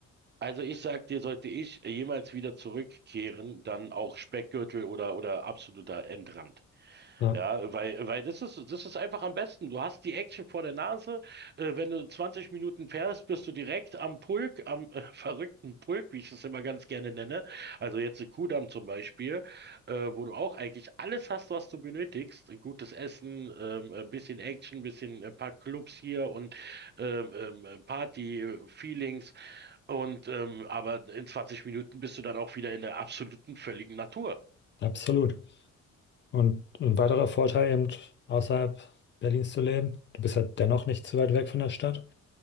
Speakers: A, on the right; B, on the left.
A: also ich sag dir, sollte ich jemals wieder zurückkehren, dann auch Speckgürtel oder, oder absoluter Endrand.
B: Ja,
A: Ja, weil, weil das ist, das ist einfach am besten. Du hast die Action vor der Nase. Äh, wenn du 20 Minuten fährst, bist du direkt am Pulk, am äh, <laughs> verrückten Pulk, wie ich das immer ganz gerne nenne. Also jetzt in Kudamm zum Beispiel, äh, wo du auch eigentlich alles hast, was du benötigst. Gutes Essen, ähm, ein bisschen Action, bisschen ein paar Clubs hier und ähm, ähm, Party-Feelings. Und ähm, aber in 20 Minuten bist du dann auch wieder in der absoluten völligen Natur.
B: absolut. Und ein weiterer Vorteil eben, außerhalb Berlins zu leben, du bist halt dennoch nicht zu weit weg von der Stadt.